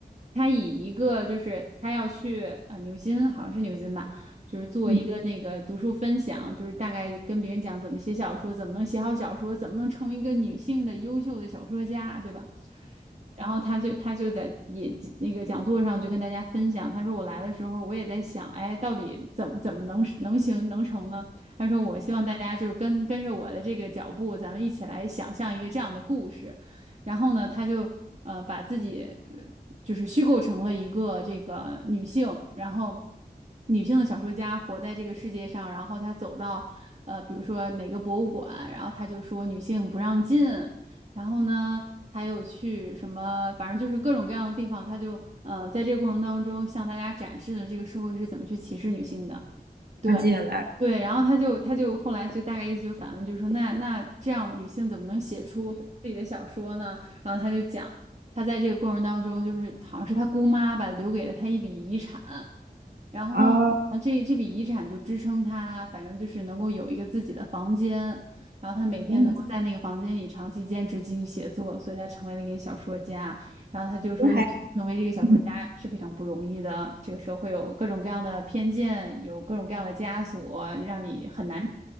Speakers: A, on the right; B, on the right.
A: 她以一个就是她要去啊、牛津，好像是牛津吧，就是做一个那个读书分享，
B: 嗯，
A: 就是大概跟别人讲怎么写小说，怎么能写好小说，怎么能成为一个女性的优秀的小说家，对吧？然后他就他就在也那个讲座上就跟大家分享，他说我来的时候我也在想，哎，到底怎么怎么能能行能成呢？他说我希望大家就是跟跟着我的这个脚步，咱们一起来想象一个这样的故事。然后呢，他就呃把自己呃就是虚构成了一个这个女性，然后女性的小说家活在这个世界上，然后她走到呃比如说哪个博物馆，然后她就说女性不让进。然后呢，他又去什么，反正就是各种各样的地方，他就呃，在这个过程当中向大家展示了这个社会是怎么去歧视女性的。对，
B: 了解了。
A: 对，然后他就他就后来就大概意思就是反问，就是说那那这样女性怎么能写出自己的小说呢？然后他就讲，他在这个过程当中，就是好像是他姑妈吧，留给了他一笔遗产，然后呃这这笔遗产就支撑他，
B: 哦，
A: 反正就是能够有一个自己的房间，然后他每天能够在那个房间里长期坚持进行写作，
B: 我很
A: 所以他成为了一个小说家。然后他就说，
B: 还
A: 女性成为这个小说家是非常不容易的，
B: 嗯。
A: 这个社会有各种各样的偏见，有各种各样的枷锁，让你很难。